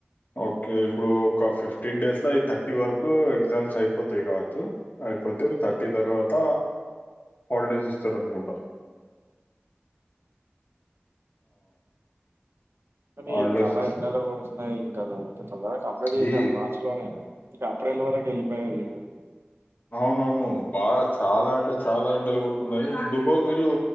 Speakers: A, on the left; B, on the right.
A: ఒకే ఇప్పుడు ఒక ఫిఫ్టీన్ డేస్లో అవి థర్టీ వరకు ఎగ్జామ్స్ అయిపోతాయి కావచ్చు అయిపోతే థర్టీ తర్వాత హాలిడేస్ ఇస్తరు అనుకుంటా
B: కనీ
A: హాలిడేస్
B: చాలా
A: ఇస్
B: ఎండలు కోడుతూన్నాయి గను అంతటి తొందరగ కంప్లీట్
A: ఇది
B: చేసారు మార్చ్ లోనే ఏప్రిల్ వరకు వెళ్ళిపోయలు వీళ్లు
A: అవునవును బాగా చాలా అంటే చాలా ఎండలు కొడుతున్నాయి ఎందుకో వీళ్ళు